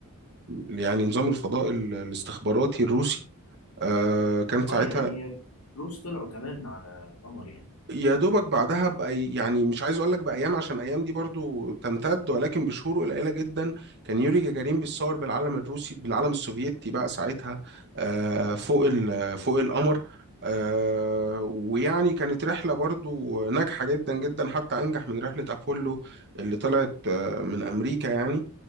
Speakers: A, on the right; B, on the left.
A: ل... يعني نظام الفضاء ال- الاستخباراتي الروسي آه، كان ساعتها
B: اه يعني الروس طلعوا كمان على القمر يعني
A: يا دوبك بعدها بأي يعني مش عايز اقول لك بايام عشان ايام دي برضو تمتد ولكن بشهور قليله جدا كان يوري جاجارين بيتصور بالعلم الروسي بالعلم السوفيتي بقى ساعتها آه، فوق ال- فوق القمر آه، ويعني كانت رحله برضو ناجحه جدا جدا حتى انجح من رحله ابولو اللي طلعت آه، من امريكا يعني